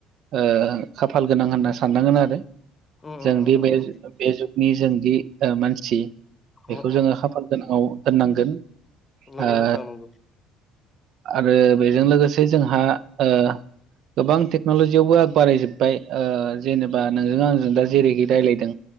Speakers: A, on the right; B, on the left.
A: ओ खाफाल गोनां होनना साननांगोन आरो
B: उम
A: जों
B: उम उम
A: दि बे
B: उम
A: बे जुगनि जोंदि मानसि बेखौ
B: उम उम
A: जोङो खाफाल गोनाङाव दोननांगोन ओ
B: नंगौ नोंथां नंगौ
A: आरो बेजों लोगोसे जोंहा ओ गोबां टेक्न'लजियावबो आग बारायजोब्बाय ओ जेनेबा नोंजों आंजों दा जेरैखि रायज्लायदों